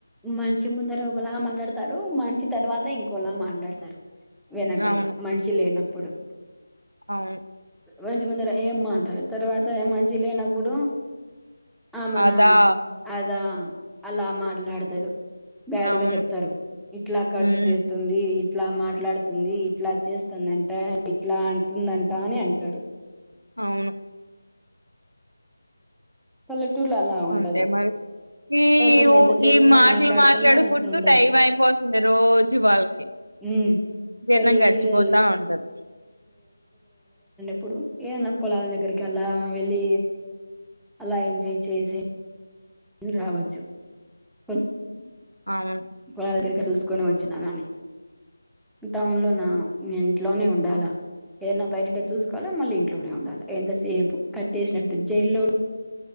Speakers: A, in the centre; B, on the right.
A: మనిషి ముందర ఒకలా మాట్లాడతారు మనిషి తర్వాత ఇంకోలా మాట్లాడతారు. వెనకాల
B: అవును
A: మనిషి లేన ప్పుడు
B: అవును
A: మనిషి ముందర ఏం మాట్లాడరు తర్వాత మనిషి లేనప్పుడు ఆమనా
B: అదా
A: అదా అలా మాట్లాడతరు బ్యాడ్గా
B: అవును
A: చెప్తారు ఇట్ల ఖర్చు
B: హ్మ్
A: చేస్తుంది. ఇట్లా మాట్లాడుతుంది, ఇట్ల చేస్తుందంట, ఇట్లా అంటుందంట అని అంటరు
B: అవును
A: పల్లెటూర్లు అలా ఉండదు
B: అంతే మరి ఈ
A: పల్లెటూరులో
B: ఉ
A: ఎంతసేపు
B: ఈ
A: ఉన్నా
B: మాటలు
A: మాట్లాడుకున్నా
B: మాట్లాడుకుంటూ
A: ఇట్లా ఉండదు
B: టైం అయిపోతుంది రోజు వాళ్ళకి
A: ఉమ్
B: దిన్నం
A: పల్లెటూర్లలో
B: గడిచిపోతా ఉంటది
A: ఇప్పుడు ఏమన్న పొలాల దగ్గరికి అలా వెళ్ళి అలా ఎంజాయ్ చేసి ఇది రావచ్చు కొ
B: అవును
A: పోలాల దగ్గర చూసు కొని వచ్చిన గాని టౌన్లోన ఇగ ఇంట్లో నే ఉండాలా ఏదైనా బయటకి వచ్చి చూసుకోవలా మల్ల ఇంట్లో కె ఉండాలా అంతసేపు కట్టేసినట్టు జైల్లో